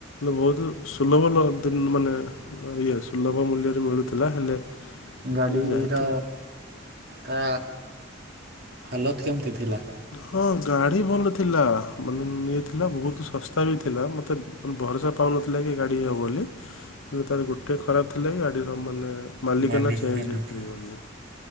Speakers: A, on the left; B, on the right.
A: ବହୁତ ସୁଲଭଲ ମାନେ ଇଏ ସୁଲଭ ମୂଲ୍ୟରେ ମିଳୁଥିଲା ହେଲେ ମୁଁ
B: ଗାଡିରଅ।
A: କହିଲି ଯେହେତୁ
B: ତା ହାଲତ କେମିତି ଥିଲା।
A: ହଁ ଗାଡ଼ି ଭଲ ଥିଲା। ମାନେ ଇଏ ଥିଲା ବହୁତ ଶସ୍ତା ବି ଥିଲା। ମୋତେ ମାନେ ଭରସା ପାଉନଥିଲା କି ଗାଡ଼ି ହେବ ବୋଲି। ମୋର ତ ଆଉ ଗୋଟେ। ଖରାପ ଥିଲା କି ଗାଡ଼ି ଭଲ ମାଲିକ
B: ମାଲିକାନା
A: ନା ଚେଞ୍ଜ ହେଇପାରିବନି।
B: ଥିଲା।